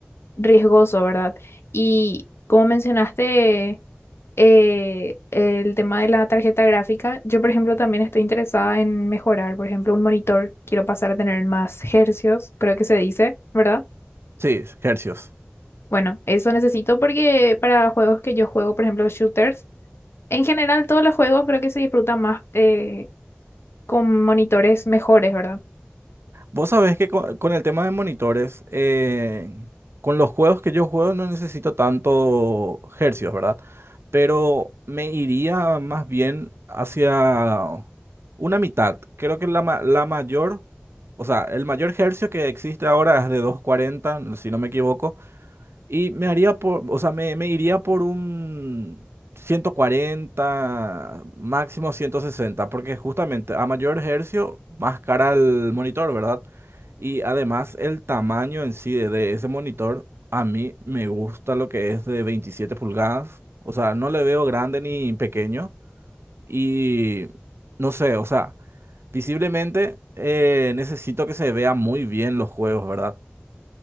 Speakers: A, on the left; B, on the right.
A: riesgoso, ¿verdad? Y como mencionaste eh, el tema de la tarjeta gráfica, yo por ejemplo también estoy interesada en mejorar, por ejemplo, un monitor, quiero pasar a tener más hercios, creo que se dice, ¿verdad?
B: Sí, hercios.
A: Bueno, eso necesito porque para juegos que yo juego, por ejemplo, shooters, en general todos los juegos creo que se disfrutan más eh, con monitores mejores, ¿verdad?
B: Vos sabés que co- con, el tema de monitores, eh, con los juegos que yo juego no necesito tanto hercios, ¿verdad? Pero me iría más bien hacia una mitad. Creo que la, ma- la mayor, o sea, el mayor hercio que existe ahora es de 240 si no me equivoco. Y me haría por, o sea, me, me iría por un 140 máximo 160 porque justamente a mayor hercio, más cara el monitor, ¿verdad? Y además el tamaño en sí de, de ese monitor, a mí me gusta lo que es de 27 pulgadas, o sea, no le veo grande ni pequeño, y no sé, o sea, visiblemente eh, necesito que se vea muy bien los juegos, ¿verdad?